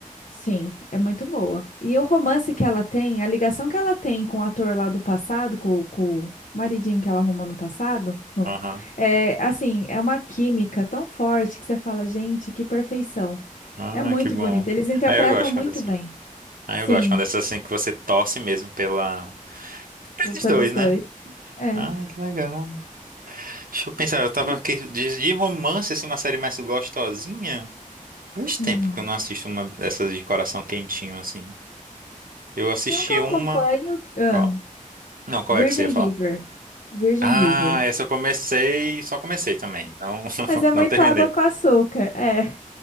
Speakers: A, on the left (about 70°); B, on the right (about 85°).
A: sim, é muito boa. E o romance que ela tem, a ligação que ela tem com o ator lá do passado, com, com o maridinho que ela arrumou no passado, no,
B: Aham.
A: é assim, é uma química tão forte que você fala, gente, que perfeição.
B: Ah,
A: É muito
B: que bom.
A: bonito. Eles interpretam
B: Aí eu gosto
A: muito
B: quando é assim.
A: bem.
B: Aí
A: Sim,
B: eu gosto quando é assim que você torce mesmo pela... Pelos
A: p- pelos
B: dois,
A: dois.
B: né?
A: É.
B: Ai, que legal. Deixa eu pensar,
A: E-
B: eu tava
A: e-
B: aqui de, de romance, assim, uma série mais gostosinha. Faz tempo
A: hum.
B: que eu não assisto uma dessas de coração quentinho, assim. Eu assisti
A: Tem um que eu acompanho,
B: uma.
A: ah,
B: Qual? Não, qual
A: Virgin
B: é que você ia falar?
A: River. Virgin
B: Ah,
A: River.
B: essa eu comecei, só comecei também. Não, <laughs>
A: Mas é
B: não
A: muito
B: terminei.
A: água com açúcar. É.